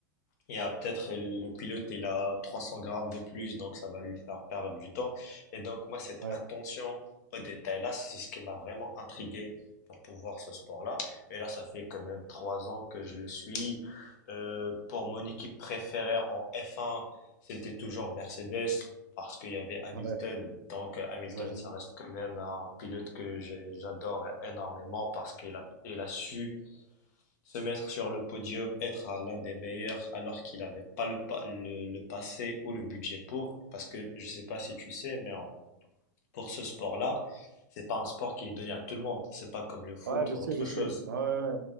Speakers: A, on the left; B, on the right.
A: Il y a peut-être le pilote, il a 300 grammes de plus, donc ça va lui faire perdre du temps. Et donc, moi, cette
B: Ouais,
A: attention aux détails-là, c'est ce qui m'a vraiment intrigué pour pouvoir ce sport-là. Et là, ça fait quand même trois ans que je le suis. Euh, pour mon équipe préférée en F1, c'était toujours Mercedes parce qu'il y avait Hamilton.
B: ouais,
A: Donc, euh, Hamilton,
B: j'imagine.
A: ça reste quand même un pilote que j'ai- j'adore énormément parce qu'il a, il a su se mettre sur le podium, être à l'un des meilleurs alors qu'il n'avait pas le, pa- le, le passé ou le budget pour, parce que je sais pas si tu sais, mais en- pour ce sport-là, c'est pas un sport qui est donné à tout le monde. C'est pas comme le foot
B: Ouais, je
A: ou autre
B: sais, je sais.
A: chose.
B: Ouais, ouais, ouais.